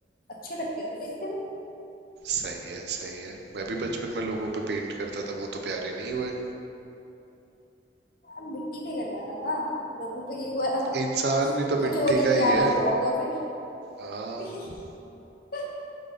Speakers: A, on the left; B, on the right.
A: अच्छे लगते थे देखने में
B: सही है सही है मैं भी बचपन में लोगों पे पेंट करता था वो तो प्यारे नहीं हुए
A: अब मिट्टी पे करना था ना लोगों पे क्यों करा
B: इंसान भी तो मिट्टी
A: कुछ और ही
B: का
A: प्यारा
B: ही है
A: हुआ होगा फिर
B: हाँ
A: <laughs>